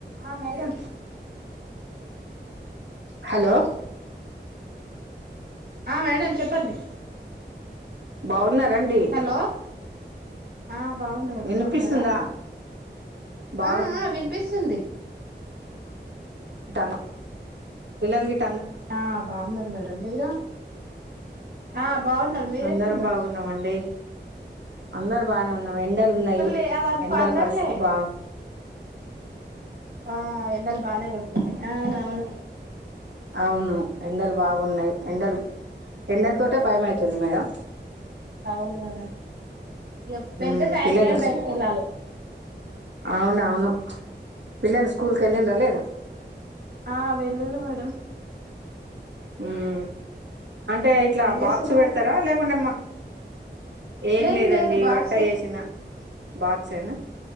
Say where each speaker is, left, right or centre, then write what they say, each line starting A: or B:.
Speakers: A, on the right; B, on the right.
A: ఆ madam
B: అ hello
A: ఆ మేడం చెప్పండి
B: బావున్నా రండి
A: హలో ఆ బాగున్నం అండి
B: వినిపిస్తుందా
A: బాగున్నారా
B: బాగు
A: ఆ విని పిస్తుంది.
B: తింటాన్న పిల్లలు గిట్ల
A: ఆ బాగున్నారు. మేడం మీరు ఆ బాగున్నార్ మీరూ
B: అందరం
A: ఎట్ల ఉన్నారు.
B: బాగున్నామండి అందరు బాగానే ఉన్నాం ఎండలు ఉన్నాయి
A: మల్లి అది అంత
B: ఎండల
A: అందట్లే
B: పరిస్థితి బాగు
A: ఆ ఎండలు బానే కొడుతున్నాయి. ఆ నా అవును
B: అవును ఎండలు బాగున్నాయి. ఎండలు ఎండల తోటే భయమయితుంది మేడం
A: అవును మేడం ఇక
B: హ్
A: వెళ్తే సాయంత్రమే
B: పిల్లలు స్కూ
A: బయటికి వెళ్ళాలి
B: అవును అవును పిల్లలు స్కూల్ కు ఎల్లిండ్రా లేదా
A: ఆ వెల్లుల్లి మేడం
B: హ్ అంటే ఇట్లా
A: ఏం చేస్తున్నారు
B: బాక్స్ పెడతారా లేకుంటె అమ్మా ఏం
A: లేదు
B: లేదండి
A: లేదు బాక్సే
B: వంట చేసిన బాక్స్ ఏనా